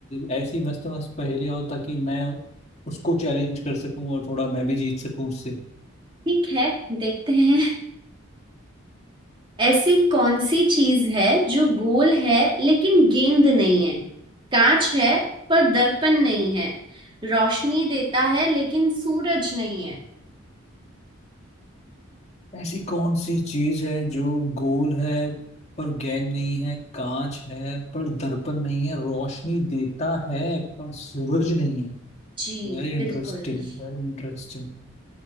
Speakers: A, on the left (about 30°); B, on the right (about 25°).
A: ऐसी मस्त मस्त पहेलियां हो ताकि मैं उसको चैलेंज कर सकूं और थोड़ा मैं भी जीत सकूं उससे
B: ठीक है देखते हैं ऐसी कौन सी चीज है जो गोल है लेकिन गेंद नहीं है कांच है पर दर्पण नहीं है रोशनी देता है लेकिन सूरज नहीं है
A: ऐसी कौन सी चीज है जो गोल है पर गेंद नहीं है कांच है पर दर्पण नहीं है रोशनी देता है पर सूरज नहीं है
B: जी
A: Very interesting
B: बिल्कुल
A: very interesting